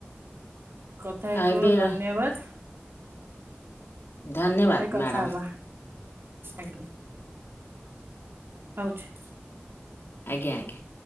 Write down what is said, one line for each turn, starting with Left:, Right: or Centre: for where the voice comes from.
Right: କଥା ହେଇଥିବାରୁ
Left: ଏବେ
Right: ଧନ୍ୟବାଦ।
Left: ଧନ୍ୟବାଦ
Right: ପରେ କଥା
Left: ମ୍ୟାଡ଼ାମ
Right: ହବା ଆଜ୍ଞା। ରହୁଛି।
Left: ଆଜ୍ଞା ଆଜ୍ଞା।